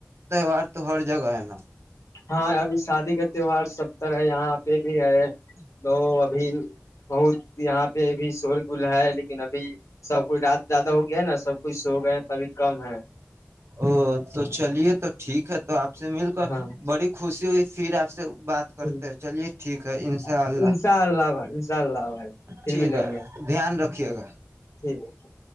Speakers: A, on the right; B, on the left.
A: تہوار تو ہر جگہ ہے نا
B: ہاں ابھی شادی کا تیوار سب طرح ہے یہاں پہ بھی ہے تو ابھی بہت یہاں بھی شور گل ہے لیکن ابھی سب کوئی رات زیادہ ہو گیا ہے نا سب کھ سو گیا ت ابھی کم ہے
A: او تو چلیے تو ٹھیک ہے تو آپ سے مل کر
B: ہاں
A: بڑی خوشی ہوئی پھر آپ سے بات کرتے
B: ٹھیک
A: ہیں چلیے ٹھیک ہے ان شاء
B: ہے،
A: اللہ
B: انشاء اللہ بھائی انشاء اللہ بھائی پھر
A: ٹھیک
B: ملیں
A: ہے
B: گے
A: دھیان رکھ رکے گا
B: ٹھیک ہےھیک